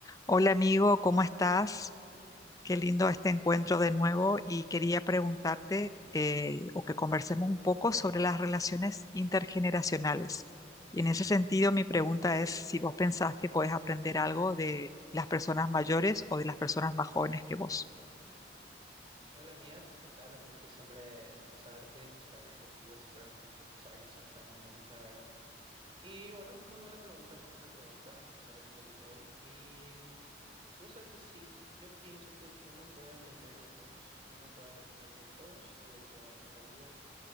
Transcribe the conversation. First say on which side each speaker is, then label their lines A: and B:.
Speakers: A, on the left; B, on the right.
A: Hola amigo, ¿cómo estás? Qué lindo este encuentro de nuevo y quería preguntarte eh, o que conversemos un poco sobre las relaciones intergeneracionales. Y en ese sentido, mi pregunta es si vos pensás que podés aprender algo de las personas mayores o de las personas más jóvenes que vos.
B: Hola Mía, ¿qué tal? Un gusto siempre escucharte, charlar contigo. Siempre nuestras charlas son tan amenas, la verdad. Y bueno, muy buena pregunta, muy buena pregunta con la que me salís hoy. Y vos sabes que sí, yo pienso que uno puede aprender de todos. Uno puede aprender de todos y de todo en esta vida.